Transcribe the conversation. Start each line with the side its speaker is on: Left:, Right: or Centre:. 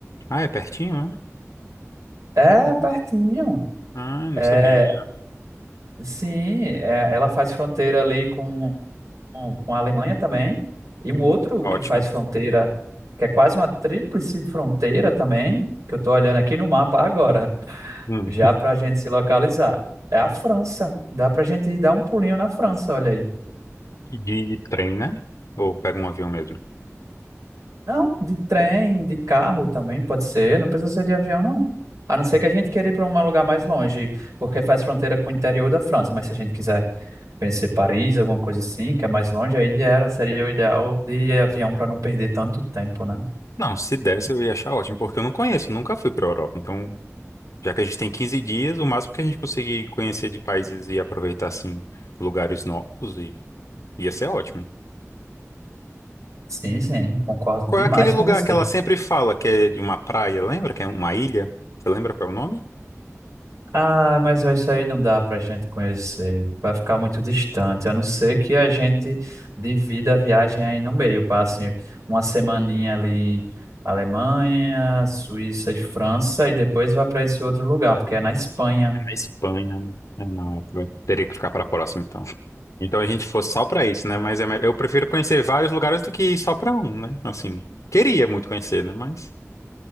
Left: Ah, é pertinho, é?
Right: É
Left: Hum.
Right: pertinho.
Left: Ah, não
Right: É,
Left: sabia.
Right: sim, é, ela faz fronteira ali com, com com a Alemanha também. E
Left: Hum,
Right: um outro
Left: Ótimo.
Right: que faz fronteira, que é quase uma tríplice fronteira também, que eu estou olhando aqui no mapa agora,
Left: Hum.
Right: já para a gente se localizar, é a França. Dá para a gente ir dar um pulinho na França, olha aí.
Left: E de trem, né? Ou pega um avião mesmo?
Right: Não, de trem, de carro também pode ser, não precisa ser de avião, não. A não ser
Left: Hum.
Right: que a gente queira ir para um lugar mais longe, porque faz fronteira com o interior da França, mas se a gente quiser Pensei Paris, alguma coisa assim, que é mais longe, aí era, seria o ideal de avião para não perder tanto tempo, né?
Left: Não, se desse eu ia achar ótimo, porque eu não conheço, nunca fui para Europa. Então, já que a gente tem 15 dias, o máximo que a gente conseguir conhecer de países e aproveitar, assim, lugares novos, e ia ser ótimo.
Right: Sim, sim, concordo
Left: Qual
Right: demais
Left: é aquele lugar
Right: com você.
Left: que ela sempre fala que é de uma praia, lembra? Que é uma ilha? Você lembra qual é o nome?
Right: Ah, mas isso aí não dá pra gente conhecer, vai ficar muito distante, a não ser que a gente divida a viagem aí no meio, passe uma semaninha ali em Alemanha, Suíça e França, e depois vá para esse outro lugar, porque é na Espanha.
Left: A Espanha, né? É, não, é, vai- teria que ficar para a próxima, então. Então a gente fosse só para isso, né? Mas é me- eu prefiro conhecer vários lugares do que ir só para um, né? Assim, queria muito conhecer, né? Mas.